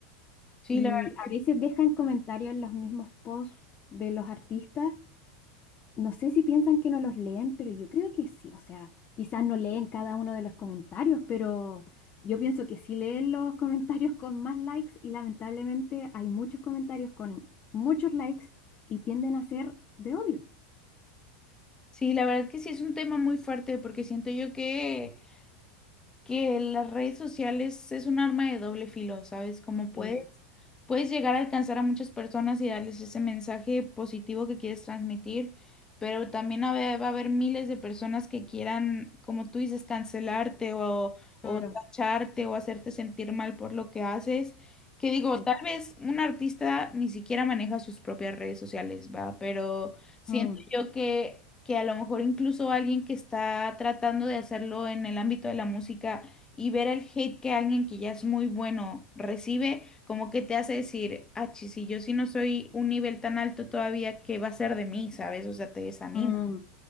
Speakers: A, on the left; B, on the left.
A: Sí,
B: Y
A: la verdad
B: a
A: que,
B: veces dejan comentarios en los mismos posts de los artistas. No sé si piensan que no los leen, pero yo creo que sí. O sea, quizás no leen cada uno de los comentarios, pero yo pienso que sí leen los comentarios con más likes y lamentablemente hay muchos comentarios con muchos likes y tienden a ser de odio.
A: sí, la verdad que sí es un tema muy fuerte porque siento yo que que las redes sociales es un arma de doble filo, ¿sabes? Como puedes,
B: Mm.
A: puedes llegar a alcanzar a muchas personas y darles ese mensaje positivo que quieres transmitir, pero también a ve- va a haber miles de personas que quieran, como tú dices, cancelarte o, o
B: Claro,
A: tacharte o hacerte sentir mal por lo que haces. Que digo,
B: sí.
A: tal vez un artista ni siquiera maneja sus propias redes sociales, ¿va? pero Siento
B: Mm,
A: yo que, que a lo mejor incluso alguien que está tratando de hacerlo en el ámbito de la música y ver el hate que alguien que ya es muy bueno recibe, como que te hace decir, ah, chis, si yo sí no soy un nivel tan alto todavía, ¿qué va a ser de mí? ¿Sabes? O sea, te desanima.
B: mm,